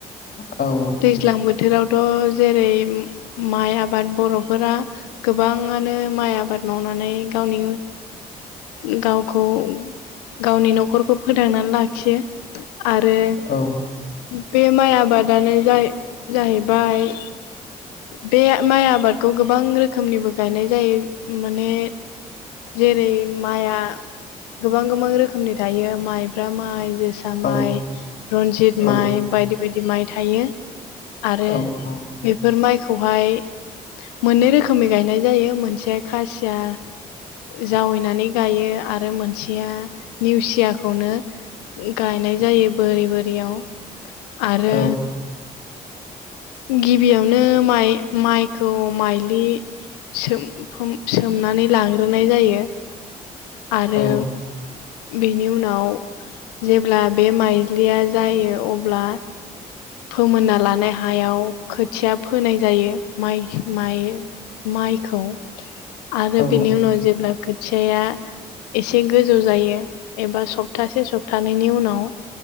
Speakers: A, on the left; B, on the left.
A: औ
B: दैज्लां बोथोरावथ' जेरै माइ आबाद बर'फोरा गोबाङानो माइ आबाद मावनानै गावनि गावखौ गावनि न'खरखौ फोथांनानै लाखियो आरो
A: औ
B: बे माइ आबादानो जाहैबाय बे माइ आबादखौ गोबां रोखोमनिबो गायनाय जायो माने जेरै माइआ गोबां गोबां रोखोमनि थायो माइब्रा माइ जोसा
A: औ
B: माइ रन्जित
A: औ
B: माइ बायदि बायदि माइ थायो आरो
A: औ औ
B: बेफोर माइखौहाय मोननै रोखोमै गायनाय जायो मोनसे खासिया जावैनानै गायो आरो मोनसेया निवसियाखौनो गायनाय जायो बोरि बोरियाव आरो
A: औ
B: गिबियावनो माइ माइखौ माइलि सोमनानै लाग्रोनाय जायो आरो
A: औ
B: बेनि उनाव जेब्ला बे माइज्लिया जायो अब्ला फोमोनना लानाय हायाव खोथिया फोनाय जायो माइ माइ माइखौ आरो
A: औ
B: बिनि उनाव जेब्ला खोथियाया एसे गोजौ जायो एबा सप्तासे सप्तानैनि उनाव